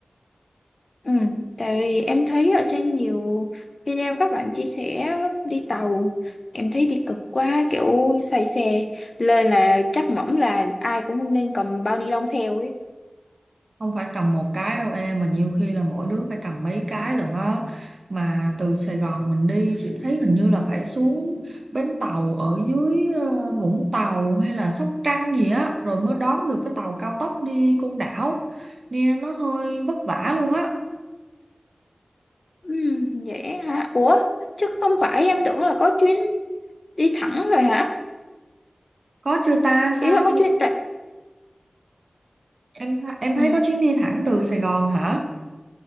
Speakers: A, on the left; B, on the right.
A: Ừ, tại vì em thấy ở trên nhiều video các bạn chia sẻ đi tàu. Em thấy đi cực quá, kiểu say xe. Lên là chắc mỏng là ai cũng nên cầm bao ni lông theo ấy.
B: không phải cầm một cái đâu em mà nhiều khi là mỗi đứa phải cầm mấy cái lận á mà từ Sài Gòn mình đi chị thấy hình như là phải xuống bến tàu ở dưới ờ, Vũng Tàu hay là Sóc Trăng gì á rồi mới đón được cái tàu cao tốc đi Côn Đảo nghe nó hơi vất vả luôn á
A: Ừ, dễ hả? Ủa, chứ không phải em tưởng là có chuyến đi thẳng rồi hả?
B: Có chưa ta?
A: Ý
B: Sao
A: là có chuyến tại...
B: em em
A: Ừ,
B: thấy có chuyến đi thẳng từ Sài Gòn hả?